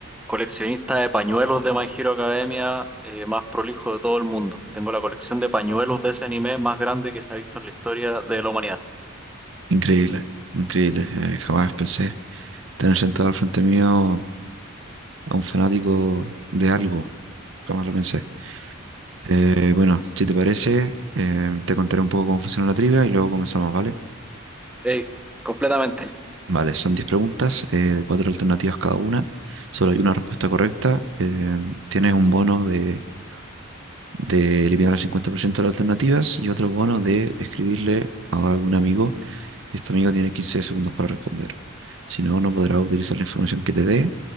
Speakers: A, in the centre; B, on the right (about 65°).
A: coleccionista de pañuelos de My Hero Academia eh, más prolijo de todo el mundo. Tengo la colección de pañuelos de ese anime más grande que se ha visto en la historia de la humanidad.
B: Increíble, increíble. eh, jamás pensé tener sentado al frente mío a un fanático de algo. Jamás lo pensé. Eh, bueno, si te parece, eh, te contaré un poco cómo funciona la trivia y luego comenzamos, ¿vale?
A: Ey, completamente,
B: Vale, son 10 preguntas, eh, de cuatro alternativas cada una. Solo hay una respuesta correcta. eh, tienes un bono de de eliminar el 50% de las alternativas y otro bono de escribirle a algún amigo. Este amigo tiene 15 segundos para responder. Si no, no podrá utilizar la información que te dé